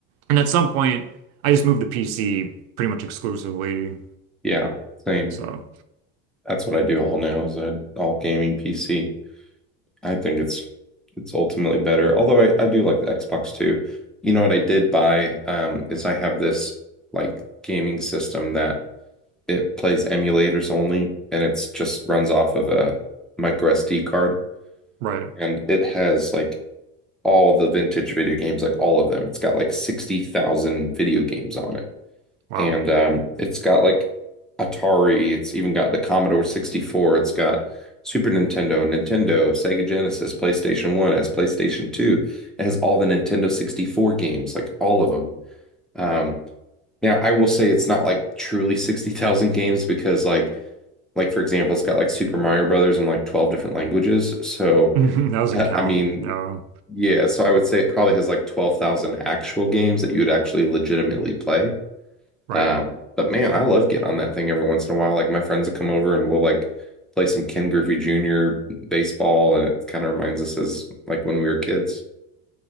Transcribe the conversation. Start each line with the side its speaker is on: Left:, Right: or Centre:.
Right: And at some point, I just moved to PC pretty much exclusively.
Centre: Yeah, same.
Right: So
Centre: That's what I do all now is I all gaming PC. I think it's it's ultimately better. Although I, I do like the Xbox too. You know what I did buy um is I have this like gaming system that It plays emulators only, and it's just runs off of a micro SD card.
Right: right,
Centre: And it has like all the vintage video games, like all of them. It's got like 60,000 video games on it.
Right: wow,
Centre: And um, it's got like Atari, it's even got the Commodore 64, it's got Super Nintendo, Nintendo, Sega Genesis, PlayStation 1, it has PlayStation 2. It has all the Nintendo 64 games, like all of them. Um, now, I will say it's not like truly 60,000 games because like like for example, it's got like Super Mario Brothers in like 12 different languages. So
Right: <laughs> that doesn't
Centre: uh,
Right: count.
Centre: I mean,
Right: Yeah,
Centre: yeah, so I would say it probably has like 12,000 actual games that you would actually legitimately play.
Right: right,
Centre: Um, but man, I love getting on that thing every once in a while. Like my friends will come over and we'll like play some Ken Griffey Jr. baseball and it kind of reminds us as like when we were kids